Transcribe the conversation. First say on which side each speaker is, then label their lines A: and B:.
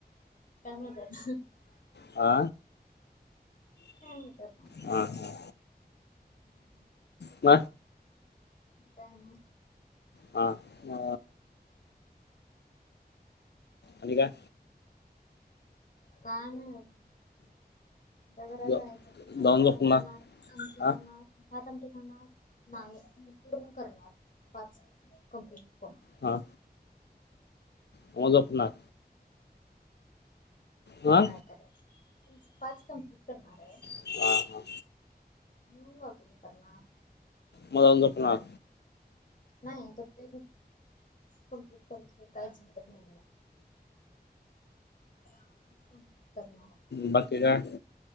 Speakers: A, on the left; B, on the left.
A: काय म्हणत्यात हह
B: हा
A: काय म्हणत्यात?
B: हा हा
A: <inaudible>
B: म
A: काय म
B: हा ह आणि काय
A: काय नाय त्या घरात
B: जाऊन
A: जायचं आणि जरा
B: झोपणार
A: भात खाणार आणि आमटी
B: हा
A: खाणार भात आमटी खाणार नाही मी पूर्ण करणार पाच कंप्लीट फोन
B: हा तवा झोपणार हा
A: काय करायचं पाच कंप्लीट करणार आहे
B: हा हा
A: हो मग करणार
B: मग अजून झोपणार
A: नाही त ते कमप्लीट करू काहीच झोपत नाही मी आता ह करणार
B: बाकी काय